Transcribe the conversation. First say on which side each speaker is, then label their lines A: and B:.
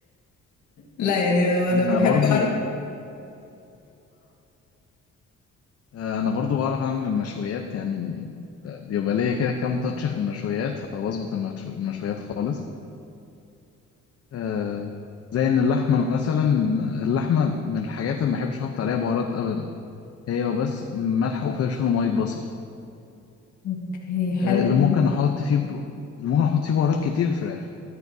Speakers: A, on the left (about 70°); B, on the left (about 50°).
A: لا يعني أنا
B: انا
A: بحب
B: برضو
A: أعرف
B: انا برضو بعرف اعمل المشويات يعني بيبقى ليا كده كام تاتش في المشويات فبظبط المشو- المشويات خالص آه، زي ان اللحمه مثلا اللحمه من الحاجات اللي ما بحبش احط عليها بهارات ابدا هي بس ملح وفلفل وميه بصل
A: اوكي حلو
B: آه، اللي ممكن
A: أوي.
B: احط فيه ب... اللي ممكن احط فيه بهارات كتير الفراخ